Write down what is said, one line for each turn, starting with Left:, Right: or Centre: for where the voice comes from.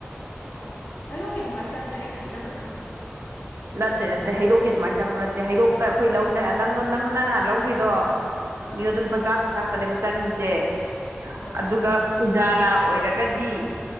Left: ꯑꯣ ꯍꯥꯏꯔꯣꯛꯀꯦ ꯑꯗꯨꯃꯥꯏꯅ ꯆꯪꯉꯦ ꯑꯩꯅ ꯏꯅꯝꯕꯗ ꯍꯪꯕꯗ
Right: ꯅꯠꯇꯦ ꯅꯠꯇꯦ ꯍꯩꯔꯣꯛꯀꯤ ꯑꯗꯨꯃꯥꯏꯅ ꯆꯪꯕ ꯅꯠꯇꯦ ꯍꯩꯔꯣꯛꯇ ꯑꯩꯈꯣꯏ ꯂꯧ ꯅꯪ ꯅꯪꯅ ꯅꯍꯥꯟ ꯂꯧꯈ꯭ꯔꯤꯗꯣ
Left: ꯑꯥ
Right: ꯃꯤ ꯑꯣ ꯑꯗꯨꯅ ꯄꯁꯥꯡꯒ ꯄꯨꯊꯥꯀ ꯇꯅꯦ ꯆꯪꯉꯁꯦ
Left: ꯑꯥ
Right: ꯑꯗꯨꯒ ꯎꯖꯥꯂꯥ ꯑꯣꯏꯔꯒꯗꯤ